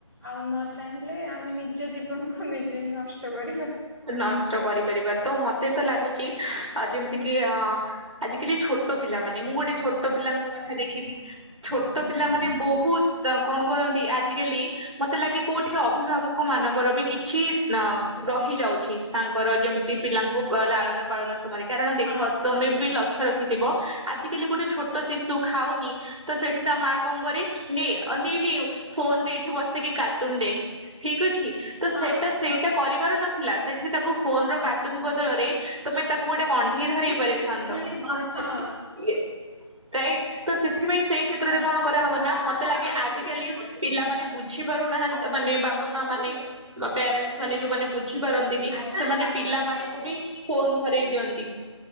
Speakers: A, in the centre; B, on the right (about 80°).
A: ଆଉ ନ ଚାହିଁଲେ ଆମେ ନିଜ ଜୀବନକୁ ନିଜେ ହିଁ ନଷ୍ଟ କରି
B: ନଷ୍ଟ କରିପାରିବା ତ ମତେ ତ ଲାଗୁ ଆ ଯେମିତି କି ଆ ଆଜିକାଲି ଛୋଟ ପିଲା ମାନେ ମୁଁ ଗୋଟେ ଛୋଟ ପିଲାଙ୍କୁ କଥା ଦେଖିନି ଛୋଟ ପିଲା ମାନେ ବହୁତ କଣ କରନ୍ତି ଆଜିକାଲି ମତେ ଲାଗେ କୋଉଠି ଅଭିଭାବକ ମାନଙ୍କର ବି କିଛି ଅ ରହିଯାଉ ତାଙ୍କ କର ଯେମିତି ପିଲାଙ୍କୁ ଲାଳନ ପାଳନ ସମୟ ରେ କାରଣ ଦେଖ
A: ହଁ
B: ତମେ ବି ଲ ଲକ୍ଷ୍ୟ ରଖିଥିବ ଆଜିକାଲି ଗୋଟେ ଛୋଟ ଶିଶୁ ଖାଉନି ତ ସେଠି ତା ମା କଣ କରେ ନେ ଅ ନେ ନେଉ ଫୋନ ରେ ଏଠି ବସିକି କାର୍ଟୁନ ଦେଖ ଠିକ ଅଛି। ତ
A: ହଁ
B: ସେଇଟା ସେଇଟା
A: ହଁ
B: କରିବାରୁ ନା ଥିଲା। ଏଠି ତାକୁ ଫୋନର
A: ହଁ
B: କାର୍ଟୁନ ବଦଳରେ ତମେ ତାକୁ ଗୋଟେ କଣ୍ଢେଇ ଧରେଇ ପାରିଥାନ୍ତ। <inaudible>
A: ହଁ
B: ଇଏ ରାଇଟ୍, ତ ସେ ଏଥିପାଇଁ ସେଇ କ୍ଷେତ୍ରରେ
A: ହଁ
B: କଣ କରାହବ ନା ମତ୍ ମତେ ଲାଗେ ଆଜିକାଲି ପିଲାମାନେ ବୁଝି ପାରୁନାହା ମାନେ ବାପାମାଆ ମାନେ। ବା ପ୍ୟାରେଣ୍ଟସ୍ ମାନେ
A: ହୁଁ।
B: ଯୋଉମାନେ ବୁଝିପାରନ୍ ନ୍ତିନି ସେମାନେ ପିଲାମାନଙ୍କୁ ବି <inaudible> ଫୋନ୍ ଧରେଇ ଦିଅନ୍ତି,